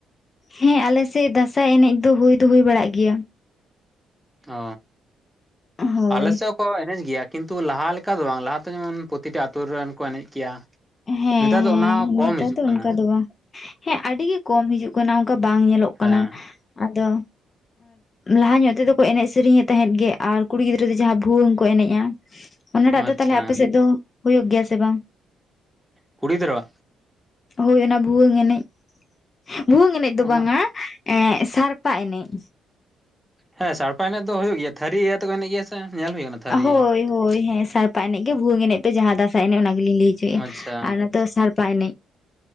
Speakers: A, on the left; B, in the centre.
A: ᱦᱮᱸ ᱟᱞᱮ ᱥᱮᱫ ᱫᱟᱸᱥᱟᱭ ᱮᱱᱮᱡ ᱫᱚ ᱦᱩᱭ ᱫᱚ ᱦᱩᱭ ᱵᱟᱲᱟᱜ ᱜᱮᱭᱟ᱾
B: ᱚ
A: ᱦᱳᱭ
B: ᱟᱞᱮ ᱥᱮᱫ ᱠᱚ ᱮᱱᱮᱡ ᱜᱮᱭᱟ ᱠᱤᱱᱛᱩ ᱞᱟᱦᱟ ᱞᱮᱠᱟ ᱫᱚ ᱵᱟᱝ ᱞᱟᱦᱟ ᱛᱮ ᱡᱮᱢᱚᱱ ᱯᱨᱚᱛᱤᱴᱟ ᱟᱛᱳ ᱨᱮᱱ ᱠᱚ ᱮᱱᱮᱡ ᱜᱮᱭᱟ᱾
A: ᱦᱮᱸ
B: ᱱᱮᱛᱟᱨ ᱫᱚ
A: ᱦᱮᱸ
B: ᱚᱱᱟ ᱦᱚᱸ ᱠᱚᱢ
A: ᱱᱮᱛᱟᱨ
B: ᱦᱤᱡᱩᱜ
A: ᱫᱚ
B: ᱠᱟᱱᱟ᱾
A: ᱚᱱᱠᱟ ᱫᱚ ᱵᱟᱝ ᱦᱮᱸ ᱟᱹᱰᱤ ᱜᱮ ᱠᱚᱢ ᱦᱤᱡᱩᱜ ᱠᱟᱱᱟ ᱚᱱᱠᱟ ᱵᱟᱝ ᱧᱮᱞᱚᱜ
B: ᱦᱮᱸ
A: ᱠᱟᱱᱟ ᱟᱫᱚ ᱞᱟᱦᱟ ᱧᱚᱜ ᱛᱮᱫᱚ ᱠᱚ ᱮᱱᱮᱡ ᱥᱮᱨᱮᱧ ᱮᱫ ᱛᱟᱦᱮᱸᱫ ᱜᱮ ᱟᱨ ᱠᱩᱲᱤ ᱜᱤᱫᱽᱨᱟᱹ ᱫᱚ ᱡᱟᱦᱟ ᱵᱷᱩᱣᱟᱹᱝ ᱠᱚ ᱮᱱᱮᱡ ᱛᱟᱦᱮᱜ-ᱟ᱾ ᱚᱱᱟ ᱴᱟᱜ ᱫᱚ
B: ᱟᱪᱪᱷᱟ
A: ᱛᱟᱞᱦᱮ ᱟᱯᱮ ᱥᱮᱫ ᱫᱚ ᱦᱳᱭᱳᱜ ᱜᱮᱭᱟ ᱥᱮ ᱵᱟᱝ?
B: ᱠᱩᱲᱤ ᱜᱤᱫᱽᱨᱟᱹᱣᱟᱜ᱾
A: ᱦᱳᱭ ᱚᱱᱟ ᱵᱷᱩᱣᱟᱹᱝ ᱮᱱᱮᱡ ᱵᱷᱩᱣᱟᱹᱝ ᱮᱱᱮᱡ ᱫᱚ
B: ᱚᱱᱟ
A: ᱵᱟᱝ-ᱟ᱾ ᱮ ᱥᱟᱲᱯᱟ ᱮᱱᱮᱡ
B: ᱦᱮᱸ ᱥᱟᱲᱯᱟ ᱮᱱᱮᱡ ᱫᱚ ᱦᱩᱭᱩᱜ ᱜᱮᱭᱟ ᱛᱷᱟᱹᱨᱤ ᱤᱭᱟᱹ ᱛᱮᱠᱚ ᱮᱱᱮᱡ ᱜᱮᱭᱟ ᱥᱮ ᱧᱮᱞ ᱦᱩᱭ ᱠᱟᱱᱟ ᱛᱷᱟᱹᱨᱤ
A: ᱦᱳᱭ ᱦᱳᱭ ᱦᱮᱸ ᱥᱟᱲᱯᱟ ᱮᱱᱮᱡ ᱜᱮ ᱵᱷᱩᱝ ᱮᱱᱮᱡ ᱯᱮ ᱡᱟᱦᱟᱸ ᱫᱟᱥᱟᱸᱟᱭ ᱮᱱᱮᱡ ᱚᱱᱟᱜ ᱜᱤᱞᱤᱧ ᱞᱟᱹᱭ ᱦᱚᱪᱚᱭᱮᱫᱼᱟ
B: ᱟᱪᱪᱷᱟ
A: ᱟᱨ ᱱᱚᱛᱮ ᱥᱟᱲᱯᱟ ᱮᱱᱮᱡ